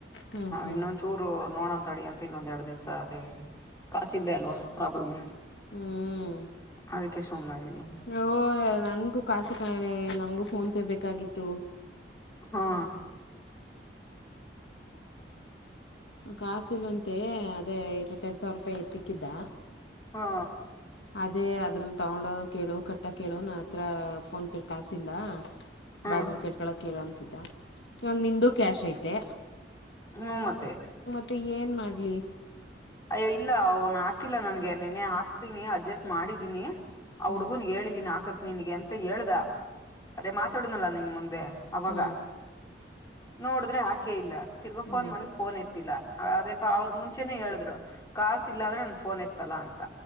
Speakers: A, on the left (about 70°); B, on the left (about 15°).
A: ಹ್ಮ್ ಹ್ಮ್
B: ಇನ್ನೊಂದುಚೂರು ರು ನೋಡಂತ ತಡಿ ಅಂತ ಇನ್ನೊಂದೆರಡ್ ದಿವಸ ಅದೇ ಕಾಸಿಂದೆ ಅಲ್ವಾ ಪ್ರಾಬ್ಲಮ್ಮು
A: ಹುಂ
B: ಅದಕ್ಕೆ ಸುಮ್ನೆ ಆಗಿನೀ
A: ಹೋ ನನಗೂ ಕಾಸು ಕಿ ನನಗೂ ಫೋನ್ ಪೇ ಬೇಕಾಗಿತ್ತು.
B: ಹಾ
A: ಕಾಸಿಲ್ವಂತೆ ಅದೇ ಇಪ್ಪತ್ತೆರಡು ಸಾವಿರ ರೂಪಾಯಿ ಎತ್ತಕ್ಕಿದ್ದಾ
B: ಹಾ
A: ಅದೇ ಅದ್ರಲ್ಲಿ ತಗೊಂಡ ಹೇಳು ಕಟ್ಟ ಹೇಳು ನನ್ನ ಹತ್ರ ಫೋನ್ ಪೇ ಕಾಸಿಲ್ಲಾ
B: ಹಾ
A: ಬಾಡಿಗೆ ಕಟ್ಕೊಳ್ಳಕ ಕೇಳುವಂತಿದ್ದ ಇವಾಗ ನಿಂದು ಕ್ಯಾಶ್ ಐತೆ
B: ಹುಂ ಮತ್ತೆ
A: ಮತ್ತೆ ಏನ್ ಮಾಡ್ಲಿ
B: ಅಯ್ಯೋ ಇಲ್ಲ ಅವನು ಹಾಕಿಲ್ಲ ನನ್ಗೆ ನಿನ್ನೆ ಹಾಕ್ತೀನಿ ಅಡ್ಜೆಸ್ಟ್ ಮಾಡಿದೀನಿ ಅವ
A: ಹ್ಞೂ
B: ಹುಗುನ್ ಹೇಳಿದೀನಿ ಆಕಕ್ ನಿನ್ಗೆ ಅಂತ ಹೇಳ್ದ ಅದೇ ಮಾತಾಡನಲ್ಲ ನಿನ್ ಮುಂದೆ ಅವಾಗ
A: ಹ್ಞೂ
B: ನೋಡಿದ್ರೆ ಆಕೆ ಇಲ್ಲ ತಿರ್ಗಾ
A: ಹ್ಞೂ
B: ಫೋನ್ ಮಾಡಿದೆ ಫೋನ್ ಎತ್ತಿಲ್ಲ ಅದ ಅವ್ರರು ಮುಂಚೆನೆ ಹೇಳಿದ್ರು ಕಸ್ ಇಲ್ಲ ಅಂದ್ರೆ ನನ್ ಫೋನ್ ಎತ್ತ ತ್ತಲ್ಲಾ ಅಂತ